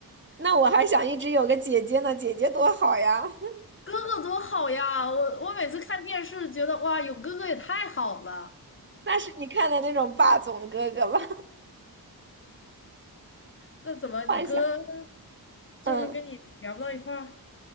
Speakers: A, on the right; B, on the left.
A: 那我还想一直有个姐姐呢，姐姐多好呀。<laughs>
B: 哥哥多好呀！我我每次看电视觉得哇，有哥哥也太好了。
A: 那是你看的那种霸总哥哥吧？
B: 那怎么你哥
A: 幻想，
B: 就是跟你聊不到一块儿？
A: 嗯，